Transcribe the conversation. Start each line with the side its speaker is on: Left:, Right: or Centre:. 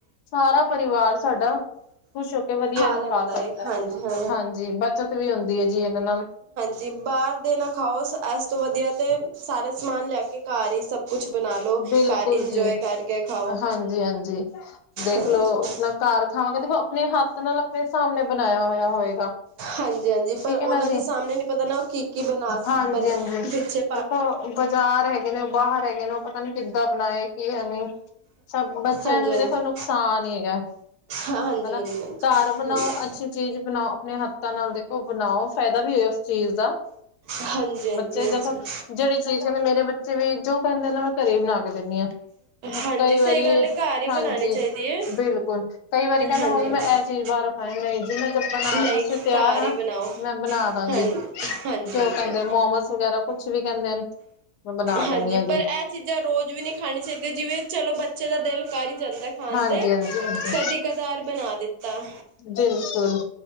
Left: ਸਾਰਾ ਪਰਿਵਾਰ ਸਾਡਾ ਖੁਸ਼ ਹੋ ਕੇ ਵਧੀਆ ਜਿਹਾ
Right: ਲੈਂਦਾ
Left: ਖਾ ਸਕਦਾ
Right: ਏ ਹਾਂਜੀ
Left: ਹੈ।
Right: ਹਾਂ
Left: ਹਾਂਜੀ, ਬੱਚਤ ਵੀ ਹੁੰਦੀ ਜੀ ਇਹਨਾਂ ਨਾਲ
Right: ਜੀ ਬਾਹਰ ਦੇ ਨਾ ਖਾਓ। ਇਸ ਤੋਂ ਵਧੀਆ ਤੇ ਸਾਰਾ ਸਮਾਨ ਲੈ ਕੇ ਘਰ ਹੀ ਸਭ ਕੁਛ ਬਣਾ ਲਓ। ਘਰ
Left: ਬਿਲਕੁਲ
Right: ਇੰਜੋਏ
Left: ਜੀ,
Right: ਕਰਕੇ ਖਾਓ
Left: ਹਾਂਜੀ, ਹਾਂਜੀ ਦੇਖ
Right: ਹਾਂਜੀ
Left: ਲੋ। ਆਪਣਾ ਘਰ ਖਾਵਾਂਗੇ ਦੇਖੋ ਆਪਣੇ ਹੱਥ ਨਾਲ ਆਪਣੇ ਹਿਸਾਬ ਨਾਲ ਬਣਾਇਆ ਹੋਇਆ ਹੋਏਗਾ।
Right: ਹਾਂਜੀ ਹਾਂਜੀ ਪਰ
Left: ਠੀਕ
Right: ਉਹਨਾਂ
Left: ਹੈ ਨਾ ਜੀ
Right: ਦੇ ਸਾਹਮਣੇ ਨੀ ਪਤਾ ਨਾ ਉਹ ਕੀ ਕੀ ਬਨਾਂ
Left: ਹਾਂਜੀ
Right: ਬਣ
Left: ਹਾਂਜੀ
Right: ਪਿੱਛੇ।
Left: ਦੇਖੋ ਬਾਜ਼ਾਰ ਹੈਗੇ ਨੇ ਬਾਹਰ ਹੈਗੇ ਨੇ। ਪਤਾ ਨੀ ਕਿੱਦਾਂ ਬਣਾਏ ਕੀ ਹੈ ਨੀ ਸਭ ਬੱਚਿਆਂ
Right: ਹਾਂਜੀ
Left: ਨੂੰ ਵੀ
Right: ਹਾਂਜੀ
Left: ਦੇਖੋ ਨੁਕਸਾਨ ਹੀ ਹੈਗਾ।
Right: ਹਾਂਜੀ,
Left: ਹਨਾ
Right: ਹਾਂਜੀ,
Left: ਘਰ ਬਣਾਓ
Right: ਹਾਂਜੀ ਹਾਂ।
Left: ਅੱਛੀ ਚੀਜ਼ ਬਣਾਓ ਆਪਣੇ ਹੱਥਾਂ ਨਾਲ ਦੇਖੋ ਬਣਾਓ ਫਾਇਦਾ ਵੀ ਹੈਗਾ ਉਸ ਚੀਜ਼ ਦਾ।
Right: ਹਾਂਜੀ ਹਾਂਜੀ ਹਾਂਜੀ
Left: ਬੱਚੇ ਦੇਖੋ
Right: ਹਾਂਜੀ
Left: ਜਿਹੜੀ ਚੀਜ਼ ਕਹਿੰਦੇ ਮੇਰੇ ਬੱਚੇ ਵੀ ਜੋ ਕਹਿੰਦੇ ਨੇ ਮੈਂ ਘਰੇ ਹੀ ਬਣਾ ਕੇ। ਦਿੰਦੀ ਹਾਂ
Right: ਹਾਂਜੀ
Left: ਕਈ
Right: ਸਹੀ
Left: ਵਾਰੀ
Right: ਗੱਲ ਹੈ ਘਰ ਹੀ
Left: ਹਾਂਜੀ,
Right: ਬਣਾਉਣੀ ਚਾਹੀਦੀ ਹੈ
Left: ਬਿਲਕੁਲ। ਕਈ ਵਾਰੀ ਕਹਿੰਦਾ
Right: ਹਾਂਜੀ
Left: ਮੰਮੀ
Right: ਹਾਂਜੀ
Left: ਮੈਂ ਇਹ ਚੀਜ਼ ਬਾਹਰੋਂ ਖਣੀ ਨਹੀਂ ਜੀ ਮੈਂ ਜੇਬਣਾਉਣ
Right: ਨਹੀਂ ਘਰ
Left: ਲਈ ਤਿਆਰ ਹਾਂ
Right: ਹੀ ਬਣਾਓ
Left: ਮੈਂ ਬਣਾ ਦਾਂਗੀ।
Right: ਹਾਂਜੀ ਹਾਂਜੀ
Left: ਜੋ
Right: ਹਾਂਜੀ ਹਾਂਜੀ
Left: ਕਹਿੰਦੇ ਮੋਮਸ ਵਗੈਰਾ ਕੁਛ ਵੀ ਕਹਿੰਦੇ ਨੇ ਮੈਂ ਬਣਾ
Right: ਹਾਂਜੀ
Left: ਦਿੰਦੀ ਹਾਂ ਜੀ
Right: ਪਰ ਇਹ ਚੀਜ਼ਾਂ ਰੋਜ਼ ਵੀ ਨਹੀਂ ਖਾਣੀ ਚਾਹੀਦੀਆਂ ਜਿਵੇਂ ਚਲੋ ਬੱਚੇ ਦਾ ਦਿਲ ਕਰ ਹੀ ਜਾਂਦਾ। ਖਾਣ
Left: ਹਾਂਜੀ
Right: ਤੇ
Left: ਹਾਂਜੀ ਹਾਂਜੀ
Right: ਕਦੀ ਕਦਾਰ ਬਣਾ ਦਿੱਤਾ।
Left: ਬਿਲਕੁਲ,